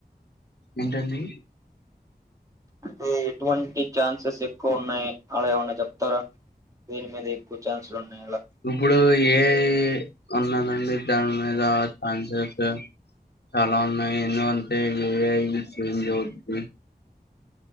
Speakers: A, on the left; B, on the right.
A: ఏంటండి
B: అంటే ఎటువంటి ఛాన్సెస్ ఎక్కువ ఉన్నాయి అలా ఏమన్నా చెప్తారా దీని మీద ఎక్కువ ఛాన్సలు ఉన్నాయి అలా
A: ఇప్పుడు ఏఐ ఉన్నదండి దాని మీద ఛాన్సెస్ చాలా ఉన్నాయి ఎందుంటే ఏఐ చేంజ్ అవుది